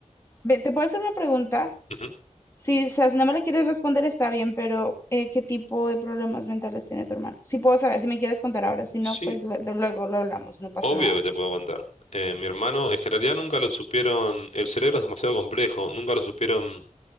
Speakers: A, on the left (about 20°); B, on the left (about 60°).
A: Ve, ¿Te puedo hacer una pregunta?
B: Ujú.
A: Sí, o sea, si no me la quieres responder está bien, pero eh, ¿qué tipo de problemas mentales tiene tu hermano? Si puedo saber, si me quieres contar ahora, si
B: Sí,
A: no, pues lu- de- luego lo hablamos, no pasa
B: obvio
A: nada.
B: que te puedo contar. Eh, mi hermano, es que en realidad nunca lo supieron, el cerebro es demasiado complejo, nunca lo supieron